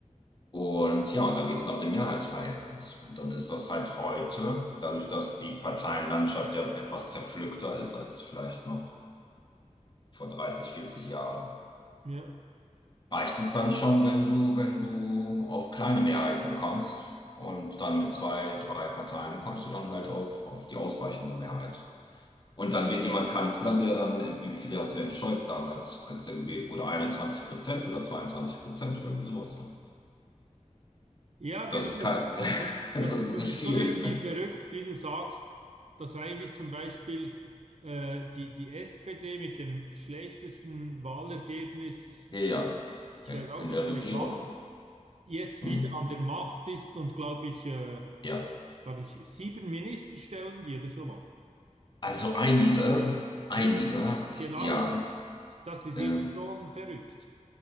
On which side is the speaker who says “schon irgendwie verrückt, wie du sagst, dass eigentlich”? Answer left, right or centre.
Right